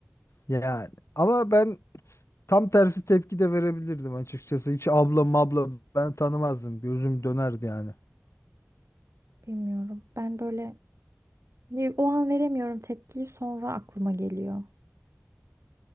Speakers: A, on the left (about 80°); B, on the right (about 75°).
A: Yani ama ben tam tersi tepki de verebilirdim açıkçası. Hiç abla mabla ben tanımazdım. Gözüm dönerdi yani.
B: bilmiyorum. Ben böyle ne- o an veremiyorum tepkiyi sonra aklıma geliyor.